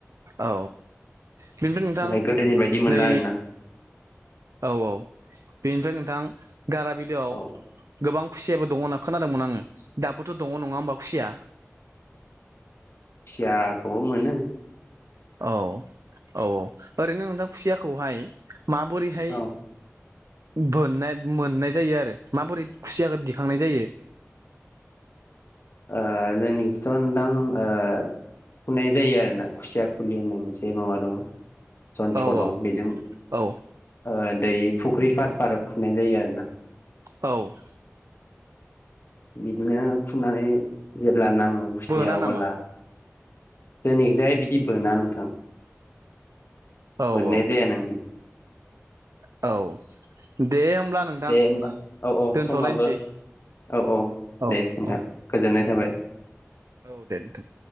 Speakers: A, on the right (about 80°); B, on the left (about 50°).
A: औ बेनिफ्राय नोंथां
B: ओमफ्राय गोदोनि बायदि मोनला
A: नै
B: आरोना
A: औ औ बेनिफ्राय नोंथां गारा बिलोआव
B: औ
A: गोबां खुसियाबो दङ' होनना खोनादोंमोन आङो दाबोथ' दङ' नङा होमबा खुसिया?
B: खुसियाखौबो मोनो ‌।
A: औ औ औ ओरैनो नोंथां खुसियाखौहाय माबोरैहाय
B: औ ओ
A: बोन्नाय मोन्नाय जायो आरो माबोरै खुसियाखौ दिखांनाय जायो?
B: ओ जोंनिखिथनदां ओ फुनाय जायो आरो ना खुसिया खुलि होननाय मोनसे माबा दो। जन्त्र
A: औ
B: दं'
A: औ
B: बेजों
A: औ
B: ओ दै फुख्रि फार फार खुंनाय जायो आरो ना।
A: औ।
B: बिदिनो खुननानै जेब्ला नाङो खुसिया
A: बोना
B: अब्ला
A: नामा
B: जोंनिखिजाय बिदि बोना नोंथां।
A: औ
B: मोननाय
A: औ
B: जाया नों
A: औ औ दे होमब्ला नोंथां
B: दे होमबा औ औ
A: दोनथ'लायनोसै
B: समाबो औ औ
A: औ
B: दे नोंथां
A: औ
B: गोजोननाय थाबाय।
A: औ दे नोंथां।